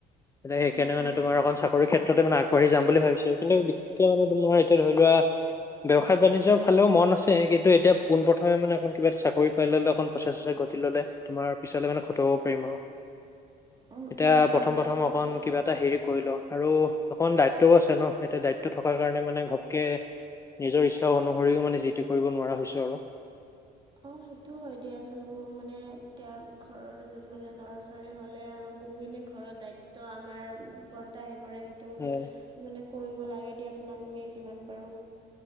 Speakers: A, on the left; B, on the right.
A: এ সেই কাৰনে
B: অঁ অঁ
A: তোমাৰ লগত চাকৰি ক্ষেত্ৰতে মানে আগবাঢ়ি যাম বুলি ভাবিছো। কিন্ত বিশেষকৈ মানে তোমাৰ এতিয়া ধৰি লোৱা। ব্যৱসায় বাণিজ্্যৰ ফালেও মন আছে কিন্তু এতিয়া পোন প্ৰ্ৰথমে মানে অকণ কিবা এটা চা। কৰিৰি পাই ললে অকণ পইচাছ চচ ঘটি ল'লে তোমাৰ পিছে মানে খটাব পাৰিম আও।
B: উম,
A: এতিয়া
B: উম,
A: প্ৰথম
B: তাকেইতো।
A: -প্ৰথম- অকন কিবা। এটা হেৰি কৰি ল আৰু অকখন দায়িত্বও আছে ন এতিয়া দায়িত্ব থকাৰ। মানে ঘপকে নিজৰ ইচ্ছা অনুসৰিও মানে জিটো কৰিব নোৱাৰা হৈছো আৰু।
B: অ সেইটো হয় দিয়াচোন বহ মানে এতিয়া ঘৰৰ এ মানে ল'ৰা ছোৱালী হ'লে আৰু বহুখিনি। ঘৰত দায়িত্ব আমাৰ ওপৰতে আহি পৰে। টো
A: হয়
B: মানে কৰিব লাগে দিয়াচোন আমি যিমান পাৰোঁ।